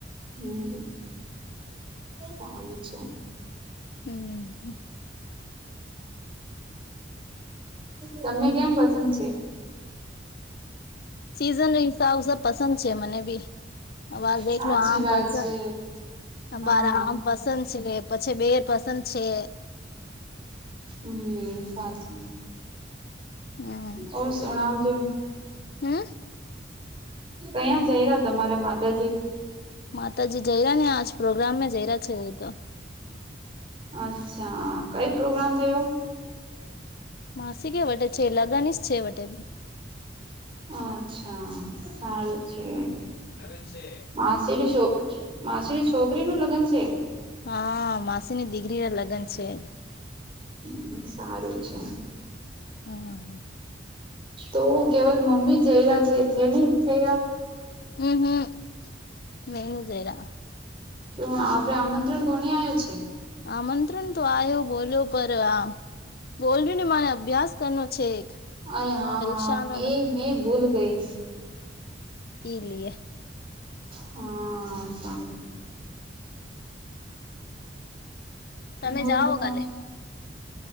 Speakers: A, on the right; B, on the left.
A: હમ્મ, સારું છે.
B: હમ્મ.
A: તમને કેમ પસંદ છે?
B: સીઝન નો હિસાબ સ પસંદ છે મને બી. અવાર દેખલો
A: સાચી
B: આમ
A: વાત
B: ફળશે
A: છે
B: ને અવાર
A: હા
B: આમ પસંદ છે પછી બે પસંદ છે.
A: હમ્મ સાચી.
B: હમ્મ,
A: ઓર સુણાવજો
B: હમ્મ?
A: કયાં જઈ રયા તમારા માતાજી?
B: માતાજી જહેરા ને આજ પ્રોગ્રામમાં જરા છે હુતો.
A: અચ્છા, કઈ પ્રોગ્રામ થયો?
B: માસીક એ વટે છે લગની જ છે વટે બી.
A: અચ્છા, હા એ છે.
B: લગન છે.
A: માસેલી છો, માસેલી છોકરી નું લગ્ન છે?
B: હા, માસીની દીકરી લગ્ન છે.
A: હમ્મ, સારું છે.
B: હમ્મ.
A: તો કેવલ મમ્મી જઈ રહ્યા છે થે ની થ્યા?
B: ઊં હું, મે ની જ રયા.
A: કયું આપડે આમંત્રણ કોની આવ્યો છે?
B: આમંત્રણ તો આવ્યો બોલ્યો પર આમ, બોલ્યું ને માને અભ્યાસ કનો છે. એક
A: અરે હા
B: પરીક્ષાનો
A: હા મે મે ભૂલ ગઈ.
B: ઈ લીએ.
A: હા સારુ.
B: તમે
A: બો
B: જાઓ
A: શણા
B: કાલે
A: છે.